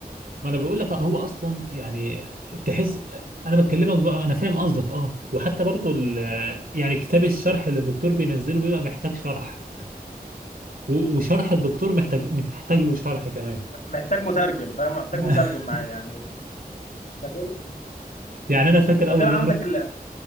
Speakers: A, on the right; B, on the left.
A: ما انا بقول لك هو اصلا يعني تحس انا بكلمك بقى انا فاهم قصدك اه وحتى برضو ال... يعني كتاب الشرح اللي الدكتور بينزله بيبقى محتاج شرح و... وشرح الدكتور محتاج محتاج له شرح كمان
B: محتاج مترجم فاهم محتاج
A: <laughs>
B: مترجم معايا يعني ده غير
A: يعني انا فاكر
B: ده
A: اول
B: غير عندك
A: يوم رحت
B: ال